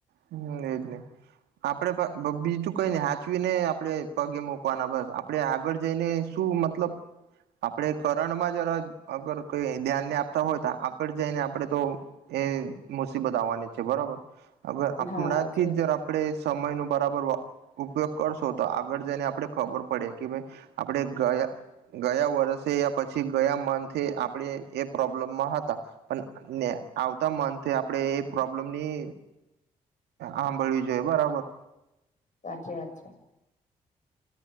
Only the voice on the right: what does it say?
હા, એ જ નહીં, આપણે પણ બીજું કંઈ નહીં સાચવીને. આપણે પગલે મૂકવાના, બસ આપણે આગળ જઈને શું મતલબ? આપણે કરણમાં જરા આગળ કોઈ ધ્યાન આપતા હોય તો આગળ જઈને આપણે તો... એ મુસીબત આવવાની છે બરાબર અગર
આપણા
થી
જ.. આપડે સમયનું બરાબર વો ઉપયોગ કરશો તો આગળ જઈને આપણે ખબર પડે કે ભાઈ આપણે ગયા ગયા વર્ષે યા પછી ગયા મંથે આપણે એ પ્રોબ્લેમમાં હતા. પણ આવતા મંથે આપણેે એ પ્રોબ્લેમની આંભળી જય બરાબર